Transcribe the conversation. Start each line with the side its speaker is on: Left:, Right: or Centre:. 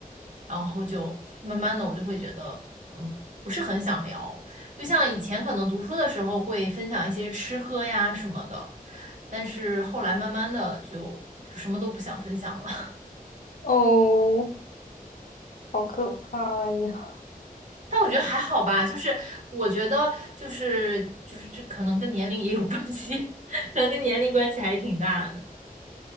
Right: 然后就慢慢的我就会觉得嗯不是很想聊，就像以前可能读书的时候会分享一些吃喝呀什么的，但是后来慢慢的就就什么都不想分享了，<laughs>
Left: 哦，好可怕呀！
Right: 但我觉得还好吧，就是我觉得就是就是这可能跟年龄也有关系，<laughs> 可能跟年龄关系还挺大的。